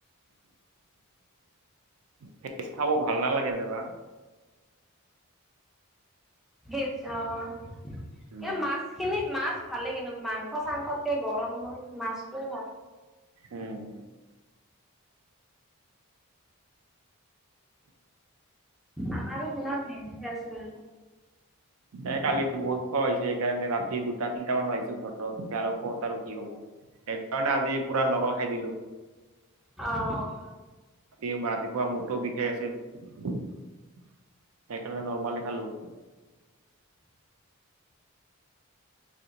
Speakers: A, on the right; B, in the centre.
A: সেইটো খাব ভাল নালাগে যেনেবা।
B: ভেজ অঁ'।
A: উম
B: এই মাছখিনি মাছ ভালে কিন্তু মাংস চাংসকে গৰম মাছটোৱে ভাল।
A: উম।
B: আমাৰ <unintelligible>
A: এ কালি বহুত খোৱা হৈছে সেইকাৰণে ৰাতি দুটা তিনিটা মানত আহিছো ঘৰত আৰু ক'ত আৰু কি হ'ব। সেইকাৰণে আজি পুৰা নৰল খাই দিলো।
B: অঁ।
A: <unintelligible> ৰাতিপুৱা মূৰটো বিষাই আছিল, সেইকাৰণে নৰ্মেলে খালো।